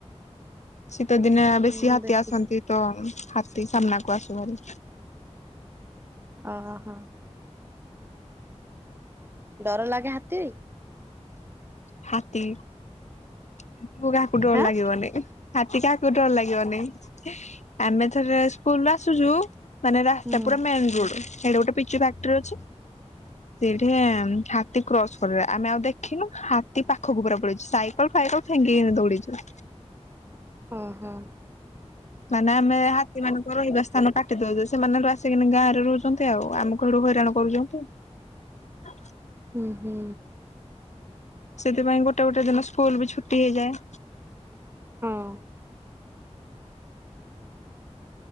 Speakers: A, on the left (about 80°); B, on the right (about 20°).
A: ଶୀତ ଦିନେ
B: ହୁଁ
A: ବେଶୀ ହାତୀ
B: ଦେଖିକି
A: ଆସନ୍ତି ତ ହାତୀ ସାମ୍ନାକୁ ଆସ ଉଚ୍ଚ ଭାରି।
B: ଅହ। ଡର ଲାଗେ ହାତୀ?
A: ହାତୀ ହାତୀକୁ କାହାକୁ ଡର
B: ହାଁ
A: ଲାଗିବନେଇ? ହାତୀ କାହାକୁ ଡର ଲାଗିବନେଇ? ଆମେ ଥରେ ସ୍କୁଲ୍ ରୁ ଆସୁଚୁ ମାନେ ରାସ୍ତା
B: ହୁଁ
A: ପୁରା ମେନ୍ ରୋଡ଼୍ ରେ ହେଇଟଳଠି ଗୋଟେ ପି ତୁ ବାକ୍ଟ୍ରି ଅଛି ସେଇଠେଁ ହାତୀ କ୍ରସ୍ କରେ ଆମେ ଆଉ ଦେ ଖିନୁ ହାତୀ ପାଖକୁ ପୁରା ପଳେଇଚି ସାଇକଲ୍ ଫାଇକଲ୍ ଫାଙ୍ଗିକିନି ଦୌଡି଼ଚୁ।
B: ଓହୋ
A: ମାନେ ଆମେ ହାତୀମାନଙ୍କ ରହିବା ସ୍ଥାନ କାଟି ଦୋଉଚ ସେମାନେ ହେଠୁ ଆସିକିନି ଗାଁରେ ରହୁଚନ୍ତି ଆଉ ଆମକୁ ହେଠୁ ହଇରାଣ କରୁଚନ୍ତି। ହ
B: ଉଁ ହୁଁ।
A: ସେଥିପାଇଁ ଗୋଟେ ଗୋଟେ ଦିନ ସ୍କୁଲ୍ ବି ଛୁଟି ହେଇଯାଏ।
B: ହଁ।